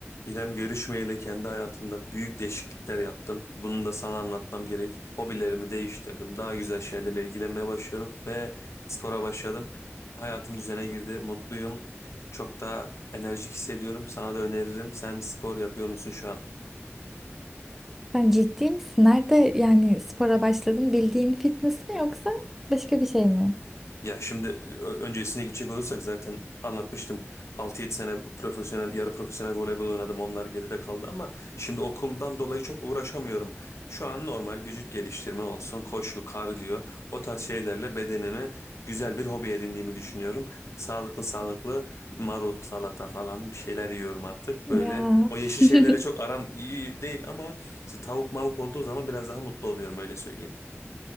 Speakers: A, on the left; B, in the centre.
A: İrem görüşmeyeli kendi hayatımda büyük değişiklikler yaptım. Bunu da sana anlatmam gerek. Hobilerimi değiştirdim. Daha güzel şeylerle ilgilenmeye başlıyorum ve spora başladım. Hayatım düzene girdi. Mutluyum. Çok daha enerjik hissediyorum. Sana da öneririm. Sen spor yapıyor musun şu an?
B: Sen ciddi misin? Nerede yani spora başladın? Bildiğin fitness mi yoksa başka bir şey mi?
A: Ya şimdi e, ö- öncesine gidecek olursak zaten anlatmıştım. altı yedi sene profesyonel, yarı profesyonel voleybol oynadım. Onlar geride kaldı ama şimdi okuldan dolayı çok uğraşamıyorum. Şu an normal vücut geliştirme olsun, koşu, kardiyo o tarz şeylerle bedenimi güzel bir hobi edindiğimi düşünüyorum. Sağlıklı sağlıklı marul, salata falan bir şeyler yiyorum artık.
B: Ya.
A: Böyle o yeşil
B: <laughs>
A: şeylerle çok aram iyi değil ama işte tavuk mavuk olduğu zaman biraz daha mutlu oluyorum öyle söyleyeyim.